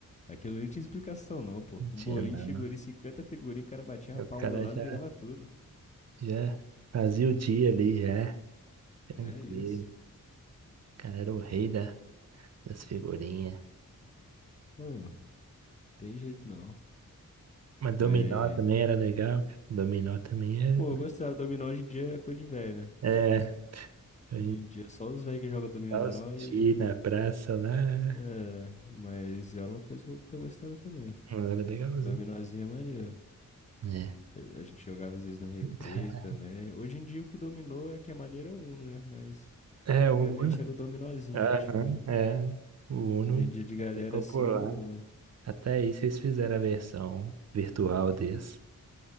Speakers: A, on the left; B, on the right.
A: Aquilo ali não tinha explicação, não, pô.
B: Não tinha
A: Um bolinho
B: não.
A: de figurinha, 50 figurinhas, o cara batia
B: E
A: uma
B: O
A: palma
B: cara
A: do lado
B: já.
A: e virava tudo.
B: Já fazia o dia ali, já. Tranquilo.
A: Não é isso.
B: O cara era o rei da, das figurinhas.
A: Pô, tem jeito não.
B: Mas dominó
A: Mas
B: também era legal. Dominó também era.
A: Pô, eu gostava. Dominó hoje em dia é coisa de velho, né?
B: É, a
A: Hoje
B: gente
A: em dia é só os velhos que jogam dominó
B: dava os
A: e...
B: na praça lá.
A: É, mas era uma coisa que eu, que eu gostava também.
B: Era legalzinho.
A: Dominózinho é maneiro.
B: É.
A: A a gente jogava às vezes no recreio
B: <laughs>
A: também. Hoje em dia o que dominou é que a maneira é o Uno, né? Mas
B: É,
A: antigamente
B: o Uno.
A: era o dominózinho
B: Aham,
A: que tinha.
B: é. O Uno
A: Hoje em dia de galera
B: é bem popular.
A: assim é o Uno.
B: Até aí vocês fizeram a versão virtual desse.